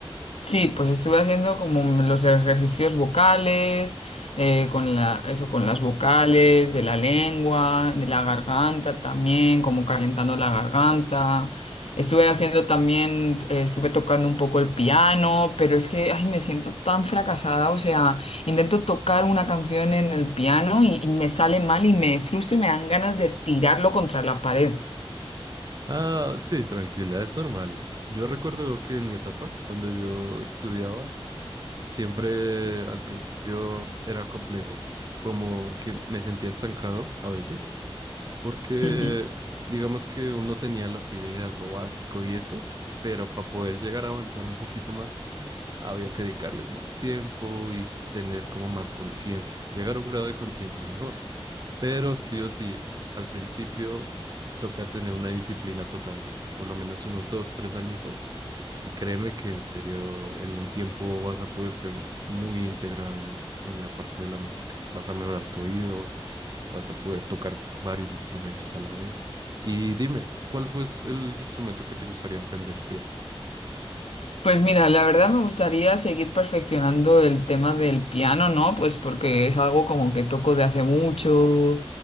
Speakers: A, on the left; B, on the right.
A: Sí, pues estuve haciendo como los ejercicios vocales, eh, con la, eso, con las vocales, de la lengua, de la garganta también, como calentando la garganta. Estuve haciendo también, eh, estuve tocando un poco el piano, pero es que, ay, me siento tan fracasada. O sea, intento tocar una canción en el piano y, y me sale mal y me frustro y me dan ganas de tirarlo contra la pared.
B: Ah, sí, tranquila, es normal. Yo recuerdo que en mi etapa, cuando yo estudiaba, siempre al principio era complejo, como que me sentía estancado a veces porque
A: <laughs>
B: digamos que uno tenía las ideas, lo básico y eso, pero para poder llegar a avanzar un poquito más, había que dedicarle más tiempo y s- tener como más conciencia, llegar a un grado de conciencia mejor. Pero sí o sí, al principio toca tener una disciplina total, por lo menos unos dos, tres añitos, y créeme que en serio, en un tiempo vas a poder ser muy íntegra en, en la parte de la música. Vas a mejorar tu oído, Vas a poder tocar varios instrumentos a la vez. Y dime, ¿cuál fue el instrumento que te gustaría aprender? Bien,
A: Pues mira, la verdad me gustaría seguir perfeccionando el tema del piano, ¿no? Pues porque es algo como que toco de hace mucho